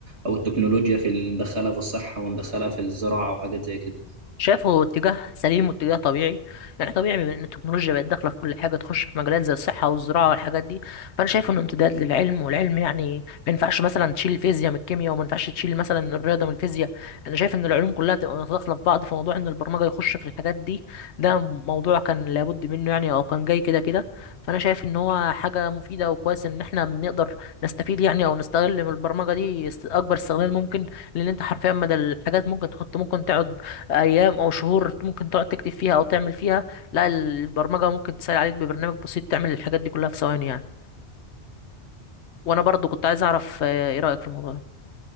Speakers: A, on the right; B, on the left.
A: أو التكنولوجيا في ال- ندخلها في الصحة وندخلها في الزراعة وحاجات زي كده
B: شايفه اتجاه سليم واتجاه طبيعي يعني طبيعي بما ان التكنولوجيا بقت داخله في كل حاجه تخش في مجالات زي الصحه والزراعه والحاجات دي فانا شايف انه امتداد للعلم والعلم يعني ما ينفعش مثلا تشيل الفيزياء من الكيمياء وما ينفعش تشيل مثلا الرياضه من الفيزياء انا شايف ان العلوم كلها تبقى متداخله في بعض في موضوع ان البرمجه يخش في الحاجات دي ده موضوع كان لابد منه يعني او كان جاي كده كده فانا شايف ان هو حاجه مفيده وكويس ان احنا بنقدر نستفيد يعني او نستغل من البرمجه دي است- اكبر استغلال ممكن لان انت حرفيا مدى الحاجات ممكن تحط ممكن تقعد ايام او شهور ممكن تقعد تكتب فيها او تعمل فيها لا البرمجه ممكن تسهل عليك ببرنامج بسيط تعمل الحاجات دي كلها في ثواني يعني وانا برضو كنت عايز اعرف آه، ايه رايك في الموضوع ده